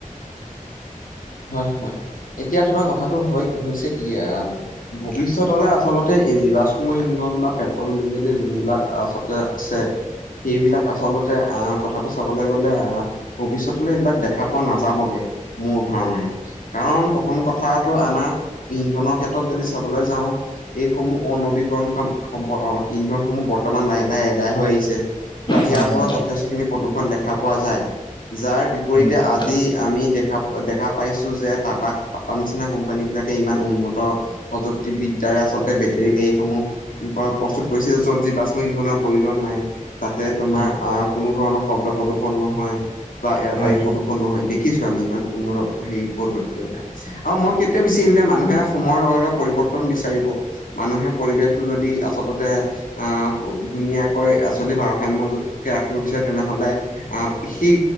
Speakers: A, on the left (about 80°); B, on the left (about 35°).
A: হয়ঁ হয়ঁ এতিয়া তোমাৰ কথাটো হয় হৈছে কি আ- ভৱিষ্যত আচলতে এই জীৱাশ্ম ইন্ধন বা পেট্ৰল ডিজেল যোনবিলাক আচলতে আছে। সেইবিলাক আচলতে আহ কথাটো চাবলৈ গ'লে আহ। ভৱিষ্যতলৈ এইবিলাক দেখা পোৱা নাযাবগে মোৰ। ধৰণাই কাৰণ প্ৰথম কথাটো আমাৰ ইন্ধনৰ ক্ষেত্ৰত যদি চাবলৈ যাওঁ- এইসমূহ অনবীকৰণ সম্পদ ইন্ধনসমূহ বৰ্ত বৰ্তমান লাহে লাহে এদাই হৈ আহিছে বা
B: হয়
A: ইয়াৰ ফলত
B: হয়
A: যথেষ্ট খিনি প্ৰদূষণ দেখা- দেখা পোৱা যায় যাৰ বিপৰীতে
B: উম
A: আজি আমি দেখা- দেখা পাইছো যে টাটা টা নিচিনা কোম্পানী বিলাকে ইমান উন্নত! প্ৰযুক্তিবিদ্যাৰে আচলতে বেটেৰী গাড়ীত সমূহ প্ৰস্তুত কৰিছে য'ত যি বাচ ইন্ধনৰ প্ৰয়োজন নাই তাতে তোমাৰ
B: উম
A: আহ- কোনো ধৰণৰ শব্দ প্ৰদূষণ নহয় বা এয়াৰ
B: হয়
A: বায়ু প্ৰদূৰণ নহয় দেখিছো আমি ইমান। <unintelligible> আৰু মই সেইটোয়ে বিচাৰিম যে মানুহে সময়ৰ লগে লগে পৰিৱৰ্তন বিচাৰিব। মানুহে পৰিৱেশটো যদি আচলতে আহ ধুনীয়াকৈ আ চলিব ভাৰসাম্যকে ৰাখিব বিচাৰে তেনেহলে। আহ সেই